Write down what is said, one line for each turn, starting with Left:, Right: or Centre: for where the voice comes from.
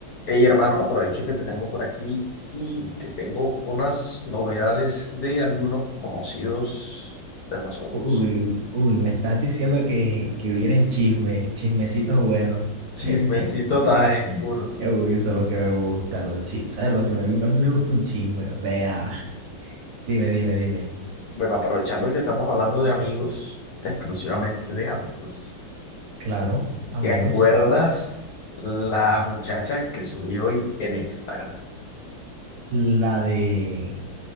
Left: Hey, hermano, aprovecho que te tengo por aquí y te tengo unas novedades de algunos conocidos de nosotros.
Right: Uy, uy, me estás diciendo que, que vienen chismes, chismecitos buenos.
Left: <laughs>
Right: <laughs>
Left: Chismecito time, burro.
Right: Uy, eso es lo que me gusta, los chismes. ¿Sabes lo que me, a mí me gusta un chisme? Vea, dime, dime, dime.
Left: Bueno, aprovechando que estamos hablando de amigos, exclusivamente de amigos.
Right: Claro, amigos,
Left: ¿Te acuerdas la muchacha que subí hoy en Instagram?
Right: la de